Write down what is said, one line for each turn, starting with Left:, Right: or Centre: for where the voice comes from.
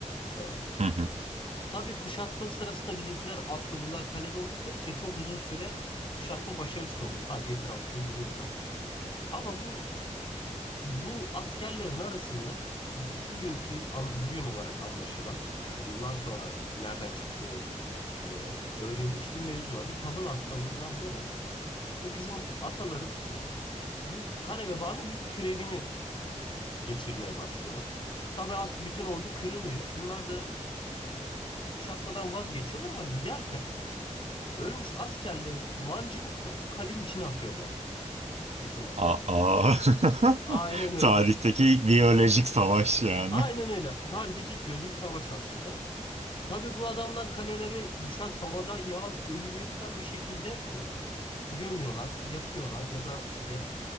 Left: E,
Right: Hı hı.
Left: Tabii kuşatma sırasında bizimkiler atlı bunlar kalede oldukları için çok uzun süre kuşatma başarısız oluyor. Sadece etrafında duruyorlar. Ama bu bu askerlerin arasında bugünkü an- bugün olarak anlaşılan yani yıllar sonra nereden çıktığı e, öğrenilmiş bir mevzu var. Bir tahıl hastalığından dolayı bu bizim atalarımız bu kare vebanın bir türevini geçirmeye başlıyorlar. Tabii as- bütün ordu kırılıyor. Bunlar da kuşatmadan vazgeçiyorlar ama giderken Ölmüş askerlerini mancınıkla kalenin içine atıyor bu abiler. Bizim atalar.
Right: Aa.
Left: Yani
Right: <laughs>
Left: aynen öyle.
Right: Tarihteki ilk biyolojik savaş yani.
Left: Aynen öyle. Tarihteki ilk biyolojik savaş aslında. Tabii bu adamlar kalelere düşen havadan yağan ölüleri falan bir şekilde e, gömüyorlar, yakıyorlar ya da işte